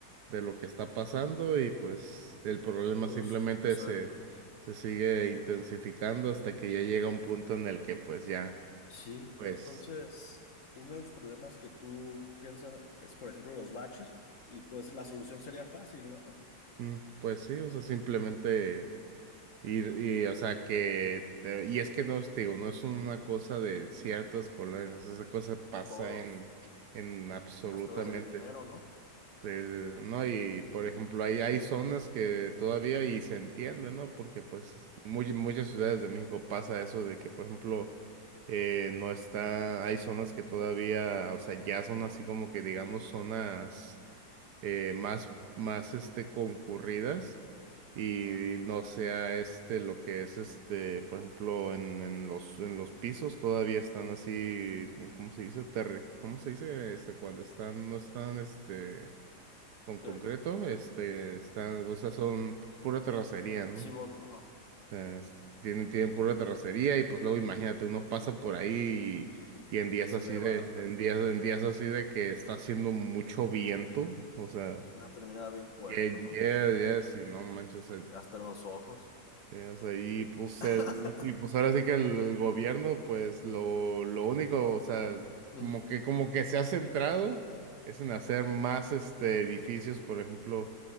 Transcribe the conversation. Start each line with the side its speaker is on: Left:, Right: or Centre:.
Right: de lo que está pasando y pues el problema
Left: Todos,
Right: simplemente
Left: exacto.
Right: se, se sigue intensificando hasta que ya llega un punto en el que pues ya,
Left: Sí,
Right: pues,
Left: entonces, uno de los problemas que tú piensas es, por ejemplo, los baches, y pues la solución sería fácil, ¿no?
Right: mm, pues sí, o sea, simplemente... Y, y, o sea, que, te- y es que no, te digo, no es una cosa de ciertas colonias, esa cosa pasa
Left: Todos,
Right: en, en absolutamente.
Left: hasta las de dinero, ¿no?
Right: Sí, sí, sí, no, y por ejemplo, hay, hay zonas que todavía y se entiende, ¿no? Porque pues muy, muchas ciudades de México pasa eso de que, por ejemplo, eh, no está, hay zonas que todavía, o sea, ya son así como que digamos zonas eh,
Left: <laughs>
Right: más, más este, concurridas y
Left: Ajá.
Right: no sea este lo que es este, por ejemplo, en, en los, en los pisos todavía están así, ¿cómo se dice? Terre, ¿cómo se dice? Este, cuando están, no están, este con concreto,
Left: ¿Qué?
Right: este, están, o sea, son pura terracería, ¿no?
Left: Sí,
Right: O
Left: bueno, ajá.
Right: sea, es- tienen, tienen pura terracería y pues luego imagínate, uno pasa por ahí y, y en días
Left: Se
Right: así
Left: levanta.
Right: de, en días, en días así de que está haciendo mucho viento, o sea,
Left: Nada, termina bien puerco,
Right: yeah,
Left: ¿no?
Right: ya ya si no manches,
Left: Hasta en los ojos.
Right: eh, o sea, y pues,
Left: <laughs>
Right: el- y pues ahora sí que el, el gobierno, pues lo, lo único, o sea,
Left: Ujú,
Right: como que, como que se ha centrado es en hacer más este edificios, por ejemplo,